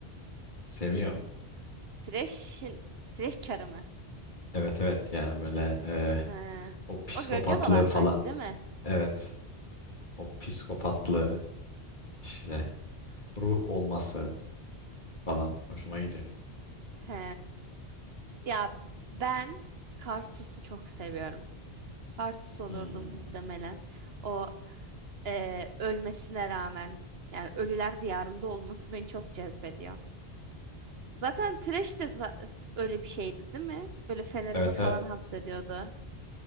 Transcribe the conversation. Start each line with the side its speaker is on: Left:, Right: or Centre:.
Left: Seviyorum.
Right: Tireş'in Tireş çarı mı?
Left: Evet evet yani böyle e,
Right: He.
Left: o psikopatlığı
Right: O gölge adalardaydı
Left: falan.
Right: değil mi?
Left: Evet o psikopatlığı işte ruh olması falan hoşuma gidiyor.
Right: He. Ya ben Kartus'u çok seviyorum. Kartus olurdum
Left: Hmm.
Right: muhtemelen. O e, ölmesine rağmen yani ölüler diyarında olması beni çok cezbediyor. Zaten Thresh de za- s- öyle bir şeydi değil mi? Böyle fenerini
Left: Evet
Right: falan
Left: evet.
Right: hapsediyordu.